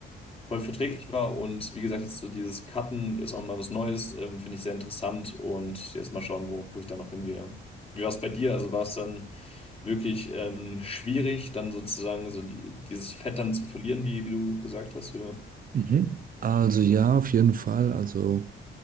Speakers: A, on the left; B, on the right.
A: voll verträglich war. Und wie gesagt, jetzt so dieses Cutten, jetzt auch mal was Neues, ähm, finde ich sehr interessant. Und jetzt mal schauen, wo, wo ich da noch hingehe. Wie war es bei dir? Also war es dann wirklich ähm, schwierig, dann sozusagen so die, dieses Fett dann zu verlieren, wie, wie du gesagt hast, oder?
B: Mhm. Also ja, auf jeden Fall. Also